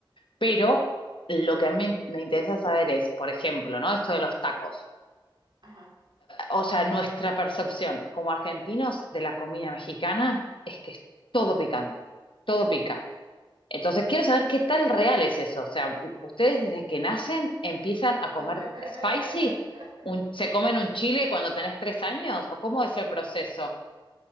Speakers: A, on the left; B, on the right.
A: Pero lo que a mí me interesa
B: <clears throat>
A: saber es, por ejemplo, ¿no? Esto de los tacos.
B: Ajá.
A: O sea, nuestra percepción como argentinos de la comida mexicana es que es todo picante, todo pica. Entonces, quiero saber qué tan real es eso. O sea, u- ustedes desde que nacen empiezan
B: <laughs>
A: a comer spicy, ¿Un- se comen un chile cuando tenés tres años, ¿o cómo es el proceso?